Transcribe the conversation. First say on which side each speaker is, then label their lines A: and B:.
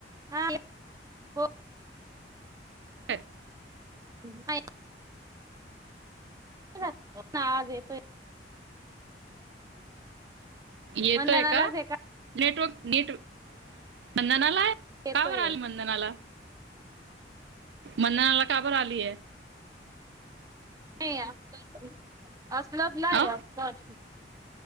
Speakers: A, on the right; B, on the right.
A: हा हो
B: हॅलो
A: हा ये <inaudible> हा नाई आवाज येतोय.
B: येतोय
A: मंधनालाच
B: कां
A: आहे का
B: नेटवर्क नीट मंदन आलाय
A: येतोय
B: का बर आलं मंदन आला? मण्णा आला का बरं आलीय?
A: नाई आस्तं. <inaudible> आसलब नाई
B: अ
A: हा अफवा असेल